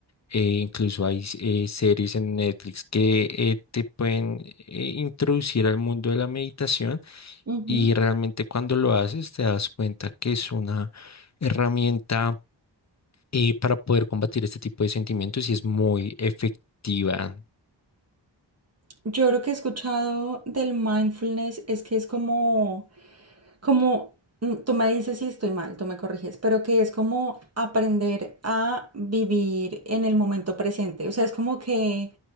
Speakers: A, on the left (about 40°); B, on the right (about 35°).
A: eh, incluso hay eh, series en Netflix que eh, te pueden eh, introducir al mundo de la meditación
B: ujú.
A: y realmente cuando lo haces te das cuenta que es una herramienta eh, para poder combatir este tipo de sentimientos y es muy efectiva.
B: Yo lo que he escuchado del mindfulness es que es como, como, mm, tú me dices si estoy mal, tú me corriges, pero que es como aprender a vivir en el momento presente. O sea, es como que